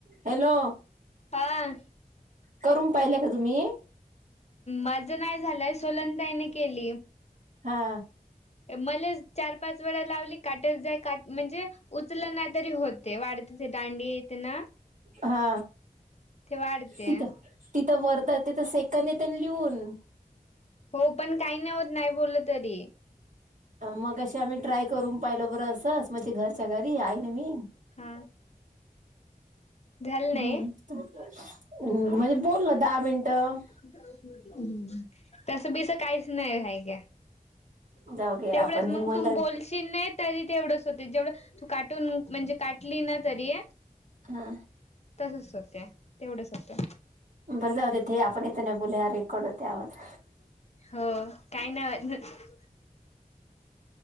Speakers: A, on the right (about 55°); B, on the left (about 45°).
A: Hello
B: हा
A: करून पाइले का तुमी?
B: माज नाय झालंय सोलंनताईन केलीए
A: हा
B: ए मले चार पाच वेळा लावली काटत जाई काट म्हणजे उचलं नाइ तरी होते वाढते ते दांडी तेंना
A: हा
B: वाढते.
A: तिथं, तिथं वरतं तिथं सेकंद येते न लिहून.
B: हो पण काही नाही होतं नाही बोलंल तरी.
A: मगाशी आम्ही ट्राय करून पाहिलो बरं असंस म्हणजे घरच्या घरी आई अन् मी
B: हा. झालं
A: हो,
B: नाही.
A: मं म्हणजे बोल ना दहा मिनटं.
B: हम्म् तसं, बीसं काहीच नाही हाये.
A: जाऊ घे
B: तेवढंच
A: आपण
B: मग
A: हे मला
B: तुम बोलशील नाही तरी तेवढंच होते, जेवढं तू काटून म्हणजे काटली ना तरी
A: हा,
B: तसच होते तेवढंच होते.
A: बर जाऊदे ते आपण ते इथ नाही बोलुयात, हा रेकॉर्ड होतोय आवाज.
B: हो काही नाही होत.